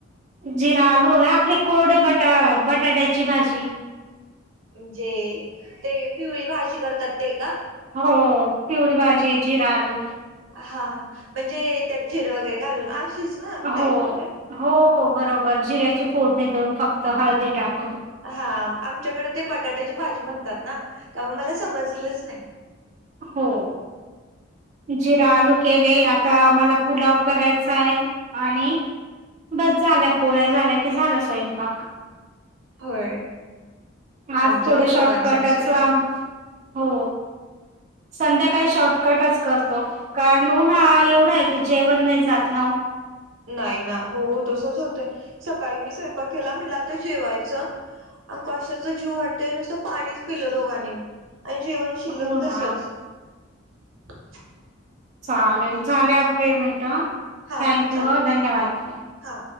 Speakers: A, on the right (about 35°); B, on the right (about 80°).
A: जिरा आलू आपले कोरडे बटा बटाट्याची भाजी.
B: म्हणजे -ते पिवळी भाजी करतात ते का?
A: हो पिवळी भाजी जिरा आलू.
B: हा. म्हणजे त्यात जिर वगैरे घालून- ना टाईप
A: हो
B: मध्ये?
A: हो हो बरोबर
B: हा.
A: जिऱ्याची फोडणी देऊन फक्त हळदी टाकून.
B: हा आमच्याकडे ते बटाट्याची भाजी म्हणतात ना त्यामुळे मला समजलंच नाही.
A: हो. जिरा आलू केले, आता मला पुलाव- करायचाय आणि बस झाल्या पोळ्या झाल्या की झाला स्वयंपाक.
B: होय.
A: आज
B: आमचा
A: थोडं
B: काही दोघांचा
A: शॉर्टकटच
B: असतोय
A: आ हो संध्याकाळी शॉर्टकटच करतो. कारण उन्हाळा
B: हा
A: एवढा आहे की जेवण नाही जा जात नाव.
B: नाही ना हो तसच होतेयं सकाळी मी स्वयंपाक केला म्हटलं आता जेवायचं कशाच जेऊ वाटतय नुसतं पाणीच पिलं दोघांनी बी आणि जेवण शिल्लक
A: हो
B: तसच.
A: ना
B: <unintelligible>
A: चालेल झाले आप ले म्हनट थँक
B: हा
A: यू
B: चालत
A: हम्म धन्यवाद.
B: हा